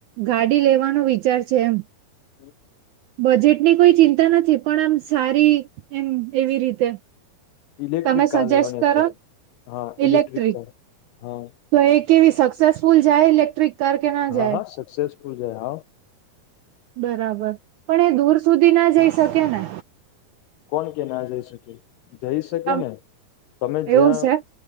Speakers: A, on the right; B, on the left.
A: ગાડી લેવાનો વિચાર છે એમ.
B: હં.
A: બજેટની કોઈ ચિંતા નથી, પણ આમ સારી એમ એવી રીતે.
B: ઇલેક્ટ્રિક
A: તમે સજેસ્ટ
B: કાર લેવાની
A: કરો.
B: અત્યારે હા
A: ઇલેક્ટ્રિક.
B: કાર હા
A: તો એક કેવી સક્સેસફુલ જાય ઇલેક્ટ્રિક? કાર કે ના
B: હા,
A: જાય
B: હા. સક્સેસફુલ જાય હા.
A: બરાબર. પણ એ દૂર સુધી ના જઈ શકે ને?
B: કોણ કે ના જઈ શકે? જઈ શકે
A: આમ
B: ને! તમે
A: એવું
B: જ્યાં
A: છે.